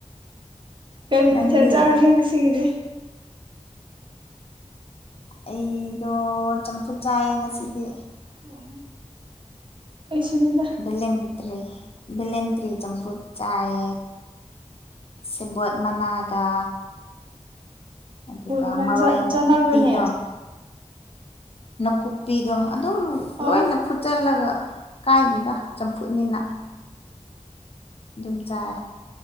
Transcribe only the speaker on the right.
ꯀꯩ ꯃꯊꯦꯜ
ꯆꯥꯔꯒꯦ ꯉꯁꯤꯒꯤꯗꯤ
ꯑꯣ ꯑꯩꯁꯨꯅꯕ
ꯃꯅ
ꯆꯥꯟꯅꯕ꯭ꯔꯅꯦ
ꯑꯣ